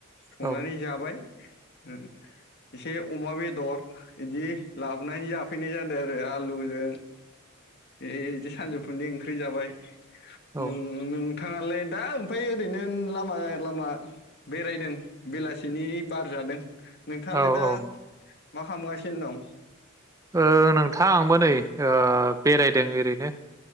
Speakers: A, on the left; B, on the right.
A: संनानै
B: औ
A: जाबाय उम । एसे अमा बे दर इदि लाबोनाय जाफैनाय जादों आरो आलुजों एदि सानजौफुनि ओंख्रि जाबाय
B: औ
A: नों नोंथाङालाय? दा ओमफाय ओरैनो लामा लामा बेरायदों, बेलासिनि बार जादों। थालाय
B: औ
A: दा मा खालामगासिनो दं?
B: ओ नोंथां आंबो नै ओ बेरायदों ओरैनो।